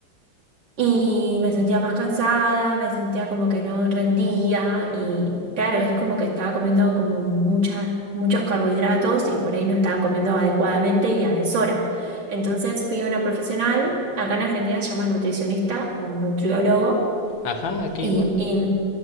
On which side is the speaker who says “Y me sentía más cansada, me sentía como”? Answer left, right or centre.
Right